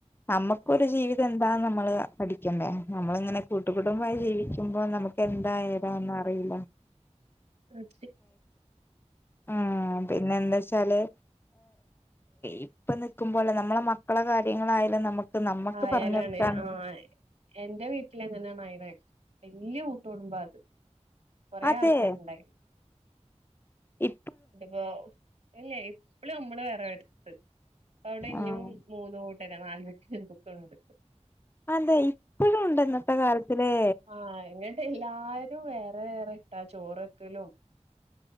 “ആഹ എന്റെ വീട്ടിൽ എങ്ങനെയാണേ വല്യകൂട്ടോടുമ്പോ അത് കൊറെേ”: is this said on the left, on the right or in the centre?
Right